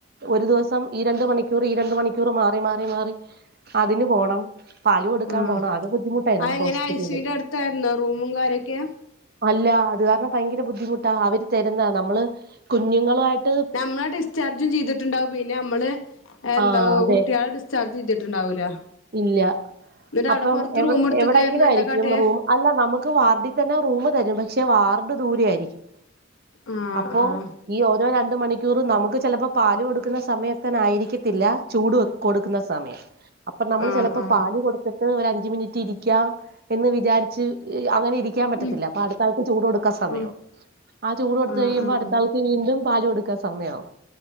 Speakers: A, on the right; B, on the left.
A: ഒരു ദിവസം ഈ രണ്ട് മണിക്കൂർ ഈ രണ്ട് മണിക്കൂർ മാറി മാറി മാറി അതിന് പോണം പാലു കൊടുക്കാൻ
B: ആഹ്
A: പോണ ആകെ ബുദ്ധിമുട്ടായിരുന്നു
B: ആ എങ്ങനെ
A: ഹോസ്പിറ്റലിൽ
B: ഐസുവിന്റെ അടുത്തായിരുന്നോ റൂമും കാര്യൊക്കെ
A: അല്ല അത് കാരണം ഭയങ്കര ബുദ്ധിമുട്ടാ അവര് തരുന്ന നമ്മള് കുഞ്ഞുങ്ങളായിട്ട്
B: ഞമ്മളെ ഡിസ്ചാർജും ചെയ്തിട്ടുണ്ടാവും പിന്നെ നമ്മള് എന്ത
A: ആ അതെ
B: കുട്ടികളെ ഡി ചാർജ് ചെയ്തിട്ടുണ്ടാവൂല
A: ഇല്ല
B: എന്നിട്ട്
A: അപ്പം
B: അവിടെ പൊറത്ത്
A: എവി
B: റൂം എടുത്തക്കായിരുന്നു
A: എവിടെങ്കിലും ആയിരിക്കും
B: എന്താ കാട്ടിയേ
A: റൂം അല്ല നമുക്ക് വാർഡിൽ തന്നെ റൂമ് തരും പക്ഷെ വാർഡ് ദൂരെയയിരിക്കും
B: ആഹ്
A: അപ്പോ
B: ആഹ്
A: ഈ ഓരോ രണ്ട് മണിക്കൂറും നമുക്ക് ചെലപ്പോ പാല് കൊടുക്കുന്ന സമയത്തനെ ആയിരിക്കത്തില്ല ചൂട് കൊടുക്ക്ന്ന സമയം അപ്പൊ നമ്മൾ
B: ആഹ്
A: ചെലപ്പോ
B: ആഹ്
A: പാല് കൊട്ത്ത്ട്ട് ഒരഞ്ച് മിനിറ്റ് ഇരിക്കാം എന്ന് വിചാരിച്ച് അങ്ങനെരി ക്ക്യാൻ പറ്റത്തില്ല
B: ഉം
A: അപ്പട്ത്താൾക്ക് ചൂടൊടുക്കാ സമയാവും
B: ഉം
A: ആ ചൂടൊടുത്തഴിയുമ്പോ
B: ആഹ് ആഹ്
A: അട്ത്താൾ വീണ്ടും പാല് കൊടുക്കാൻ സമയാവും